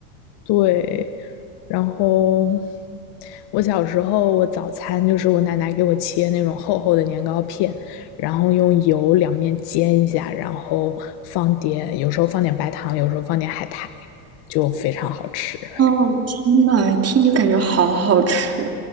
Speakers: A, on the left; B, on the right.
A: 对，然后我小时候我早餐就是我奶奶给我切那种厚厚的年糕片，然后用油两面煎一下，然后放点，有时候放点白糖，有时候放点海苔，就非常好吃。
B: 哦，天呐，一听就感觉好好吃！